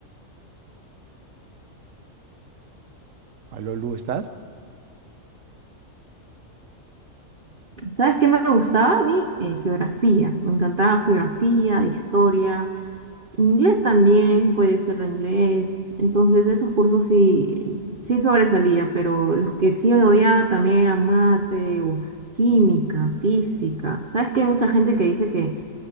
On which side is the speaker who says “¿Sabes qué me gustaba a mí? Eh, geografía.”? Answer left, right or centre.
Right